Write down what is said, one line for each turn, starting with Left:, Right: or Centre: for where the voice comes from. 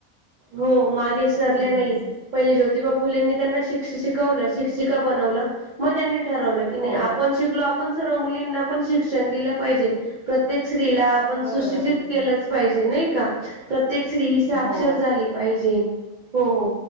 Right: हो मागे सरल्या
Left: हम्म
Right: नाही पहिले ज्योतिबा फुलेंनी त्यांना शिक शिकवलं शिक्षिका बनवल मग त्यांनी ठरवलं की नाही
Left: हो
Right: आपण शिकलो सर्व मुलींना पण शिक्षण दिलं पाहिजे प्रत्येक स्त्रीला आपण
Left: हो बरोबर
Right: सुशिक्षित
Left: आहे
Right: केलच
Left: की
Right: पाहिजे नाही का प्रत्येक स्त्री साक्षर
Left: हो
Right: झाली पाहिजे हो